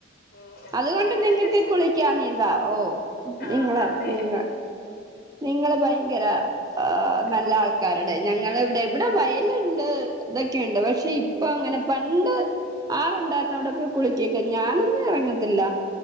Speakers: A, on the left; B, on the right.
A: ഉം അപ്പൊ
B: അതുകൊണ്ട്
A: ഭയങ്കര
B: നിങ്ങൾക്ക്
A: രസാണ്
B: കുളിക്കാൻീതാ ഓ
A: ആ
B: നിങ്ങ
A: അതെ
B: നിങ്ങ നിങ്ങള് ഭയങ്കര ആഹ് നല്ല
A: ഉം
B: ആൾക്കാർ ഞങ്ങളെ ഇവിടെ എവിടെ വയലുണ്ട് ഇതൊക്കെയുണ്ട് പക്ഷെ ഇപ്പൊ അങ്ങനെ പണ്ട് ആറുണ്ടായിരുന്നു അവിടെ പോയി കുളിക്കക്കെ ഞാനൊന്നും ഇറങ്ങത്തില്ല